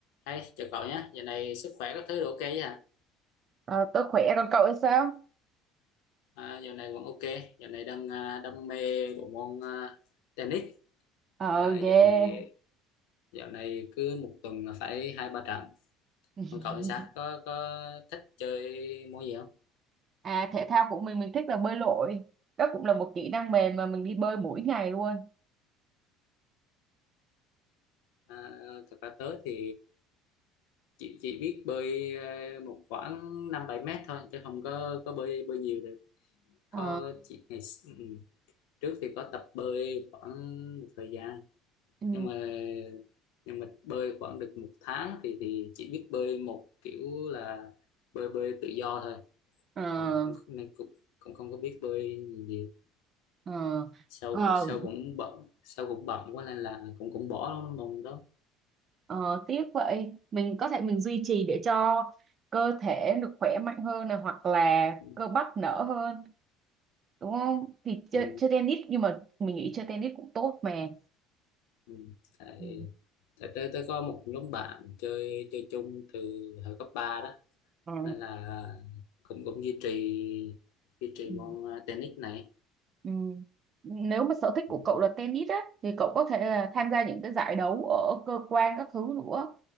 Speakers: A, on the left; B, on the right.
A: Hey, chào cậu nhé, giờ này sức khỏe các thứ đều ok chứ hả?
B: Ờ, tôi khỏe còn cậu thì sao?
A: À, giờ này vẫn ok, giờ này đang à, đam mê bộ môn à, tennis.
B: Ờ
A: À,
B: ghê.
A: dạo này dạo này cứ một tuần là phải hai ba trận.
B: <laughs>
A: Còn cậu thì sao? Có có thích chơi môn gì không?
B: À thể thao của mình mình thích là bơi lội. Đó cũng là một kỹ năng mềm mà mình đi bơi mỗi ngày luôn.
A: À, thật ra tớ thì chỉ chỉ biết bơi à, một khoảng năm bảy mét thôi, chứ không có có bơi bơi nhiều được.
B: Ờ.
A: Có chỉ ngày s- ừ, trước thì có tập bơi khoảng một thời gian
B: Ừ.
A: nhưng mà nhưng mà bơi khoảng được một tháng thì thì chỉ biết bơi một kiểu là bơi bơi tự do thôi
B: Ờ.
A: còn cũng nên cũng cũng không có biết bơi gì, gì.
B: Ờ.
A: sau
B: Ờ.
A: sau cũng bận sau cũng bận quá nên là cũng cũng bỏ môn đó
B: Ờ, tiếc vậy. Mình có thể mình duy trì để cho cơ thể được khỏe mạnh hơn này hoặc là
A: ừ,
B: cơ bắp nở hơn, đúng không? Thì chơi,
A: ừ.
B: chơi tennis nhưng mà mình nghĩ chơi tennis cũng tốt mà.
A: ừ. tại
B: Ừ.
A: tại tới tới có một nhóm bạn chơi chơi chung từ hồi cấp 3 đó
B: Ờ.
A: nên là cũng cũng duy trì duy trì
B: Ừ.
A: môn ờ, tennis này
B: Ừ. Nếu mà sở thích
A: ừ.
B: của cậu là tennis á thì cậu có thể là tham gia những cái giải đấu ở cơ quan các thứ nữa